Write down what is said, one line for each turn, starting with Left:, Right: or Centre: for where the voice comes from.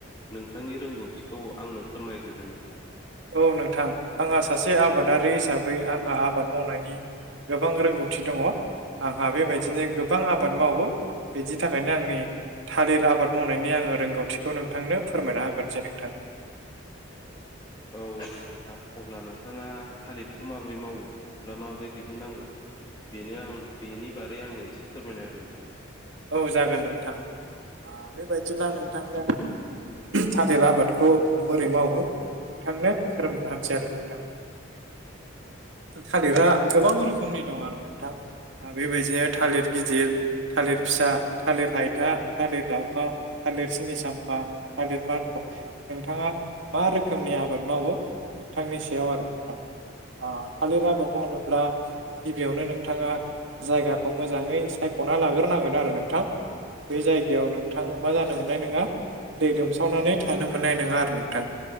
Left: नोंथांनि रोंगौथिखौ आंनो फोरमायग्रोदो नोंथां
Right: औ नोंथां आंहा सासे आबादारि हिसाबै आंहा आबाद मावनायनि गोबां रोंगौथि दङ आंहा बेबायदिनो गोबां आबाद मावो बिनि थाखायनो आंनि थालिर आबाद मावनायनि आङो रोंगौथिखौ नोंथांनो फोरमायना होगोरनोसै नोंथां
Left: औ आ नोंथां अब्ला नोंथाङा थालिरखौ माब्रै मावो ना माब्रै दिहुननांगौ बेनो आं बेनि बादै आंनो एसे फोरमायना होदों नोंथां
Right: औ जागोन नोंथां बेबायदिब्ला नोंथांनो थालिर आबादखौ बोरै मावो नोंथांनो फोरमायना होग्रो नसै आरो नोंथां थालिरा गोबां रोखोमनि दं आरो नोंथां बेबायदिनो थालिर गिदिर थालिर फिसा थालिर हायथा थालिर दाउखा थालिर सिनि साम्फा थालिर मानफं नोंथाङा मा रोखोमनि आबाद मावो नोंथांनि सायाव आरो नोंथां अ थालिर आबाद मावनोब्ला गिबियावनो नोंथाङा जायगाखौ मोजाङै सायख'ना लागोर नांगोन आरो नोंथां बे जायगायाव नोंथां मा जानो मोननाय नोङा दै लोमसावनानै थानो मोननाय नङा आरो नोंथां